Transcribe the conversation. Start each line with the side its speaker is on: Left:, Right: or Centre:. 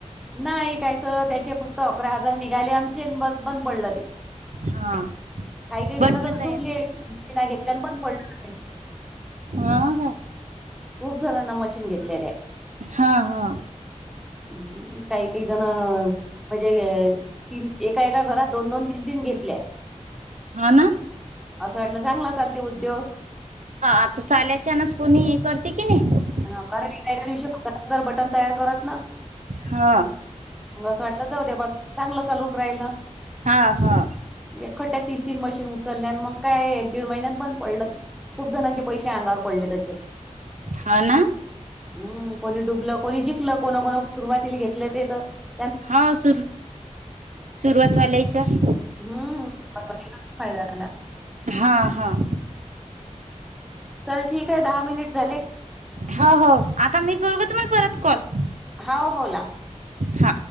Centre: नाही कायच त्याचे फक्त अकरा हजार निघाले आमचे बस बंद पडलं ते,
Right: हा.
Centre: काही काही जण
Right: बटन
Centre: तर
Right: तयार
Centre: दुबलीि ना घेतल्यान पण पडलं,
Right: ह का.
Centre: खूप जणांना मशीन घेतल्या त्या
Right: हा हा!
Centre: हम् काही काही जण म्हणजे तीन एका एका घरात दोन दोन तीन तीन घेतले
Right: हा ना
Centre: असं वाटलं चांगला चालते उद्योग
Right: हा आता चाल्यायच्यानस कोणी हे करते की नाही.
Centre: हा, कारण एका, एका दिवशी हजार हजार बटन तयार करत ना.
Right: हा
Centre: मग असं वाटलं जाऊ दे बा, चांगलं चालून राहिल.
Right: हा हा
Centre: एकखड््या तीन तीन मशीन उचलल्या,, आणि मग काय एक दीड महिन्यात बंद पडलं,, खूप जणांचे पैसेऽ आंगावर पडले तसेच.
Right: हा ना..
Centre: हम्म,, कोणी डुबलं कोणी, जिंकलं, कोणी कोणी सुरुवातीला घेतलं ते तरऽ
Right: होा सुर,, सुरुवातवाल्यायचऽ
Centre: हम्,, ख फायदा झाला.
Right: हा हा
Centre: चल ठीक आहे दहा मिनिट झाले,
Right: हो हो आता मी करू ग तुम्हाला परत कॉल?
Centre: हो हो लाव
Right: हा